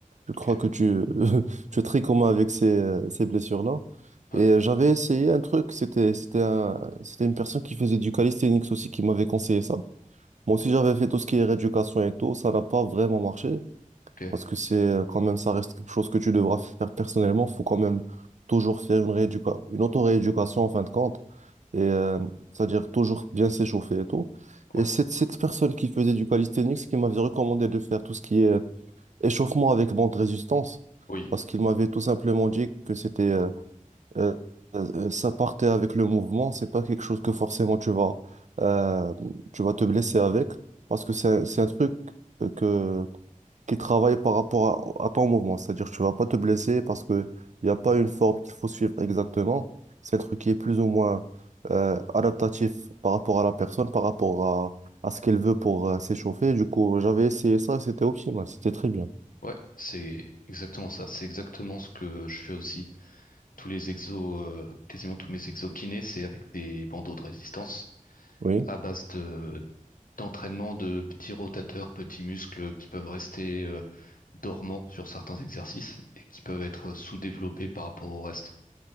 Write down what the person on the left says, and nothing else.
Ok,
ouais,
ok,
ouais,
oui,
ouais, c'est exactement ça. C'est exactement ce que je fais aussi. Tous les exos, euh, quasiment tous mes exos kinés, c'est avec des bandeaux de résistance
à base de d'entraînement de petits rotateurs, petits muscles qui peuvent rester euh, dormants sur certains exercices et qui peuvent être sous-développés par rapport au reste.